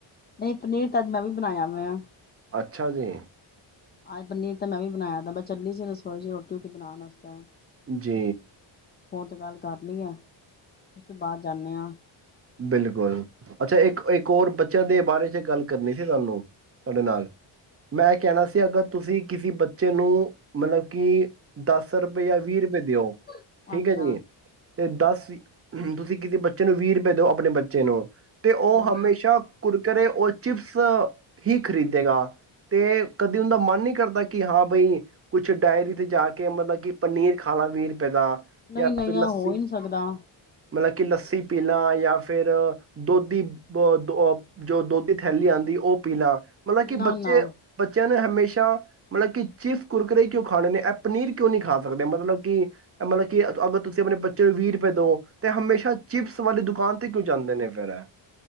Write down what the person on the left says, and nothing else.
ਨਹੀਂ ਪਨੀਰ ਤਾਂ ਮੈਂ ਵੀ ਬਣਾਇਆ ਵਾ
ਆਜ ਪਨੀਰ ਤਾਂ ਮੈਂ ਵੀ ਬਣਾਇਆ ਤ ਬ ਚੱਲੀ ਸੀ ਰਸੋਈ ਚ ਰੋਟੀ ਰੋਟੀ ਬਣਾ ਵਸਤੇ
ਤੇ ਗੱਲ ਕਰ ਲਈ ਹੈ ਉਸ ਤੋਂ ਬਾਅਦ ਜਾਂਦੇ ਹਾਂ
ਅੱਛਾ-ਅੱਛਾ
ਹੂੰ
ਨਹੀਂ
ਨਹੀਂ
ਇਹ
ਹੋ ਹੀ ਨਹੀਂ ਸਕਦਾ
ਨਾ-ਨਾ